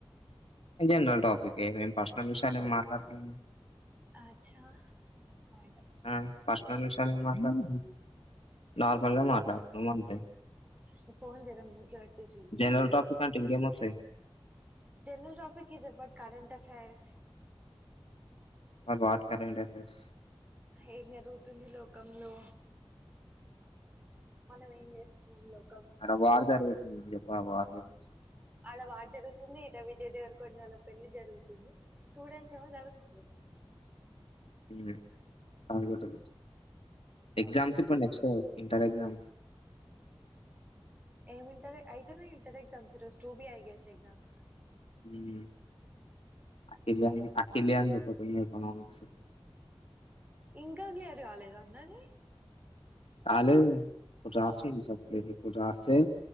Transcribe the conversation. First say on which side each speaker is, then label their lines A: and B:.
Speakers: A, on the left; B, on the right.
A: జనరల్ టాపికె నేన్ పర్సనల్ విషయాలు ఏం మాట్లాటలేం
B: అచ్చా పాయింట్
A: ఆ పర్స్నల్ విషయాలు ఏం మాట్లాడ్ నార్మల్గా మాట్లాడతన్నాం అంతే
B: నీ ఫోన్ జర మ్యూట్లో బెట్టు జుయ్
A: జనరల్
B: జుయ్
A: టాపిక్ అంటే ఇంకేం వస్తాయి
B: జనరల్ టాపిక్ ఇది but current affair
A: for what current affairs
B: ఏం జరుగుతుంది లోకంలో మనం ఏం చేస్తున్నాం లోక
A: ఆడ వార్ జరుగుతుంది చెప్పు బ వార్ జరుగుతున్
B: ఆడ వార్ జరుగుతుంది ఇడా విజయ్ దేవరకొండ వాళ్ళ పెళ్ళి జరుగుతుంది జరుగుతుంది స్టూడెంట్స్ కేమో జరుపు
A: హుమ్ సాంగ్ లో తగ్గుత్
B: చదువుతుర్రు
A: ఎగ్జామ్స్ ఇప్పుడు
B: ఇగ
A: నెక్స్ట్ కదా ఇంటర్ ఎగ్జామ్స్
B: ఏం ఇంటర్ ఐతున్నాయ్ ఇంటర్ ఎగ్జామ్స్ టూ బి ఐ గే ఎగ్జామ్
A: హుమ్ అఖిల్ గాని అఖిల్ గాన్ ది ఒకటి ఉంది ఎకనామిక్స్
B: ఇంకా క్లియర్ కాలేద అన్నది
A: కాలేదు ఒక్కటి రాసిండు సప్లి ఇపుడు రాస్తే